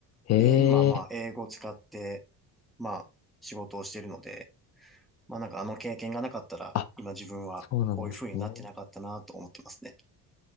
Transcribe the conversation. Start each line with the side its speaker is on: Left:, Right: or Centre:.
Left: ええ
Centre: で、今、まあ、英語を使って、まあ、仕事をしてるので、まあ、なんかあの経験がなかったら、
Left: ー。
Centre: 今自分はこういう風になってなかったなと思ってますね。
Left: そうなんですね。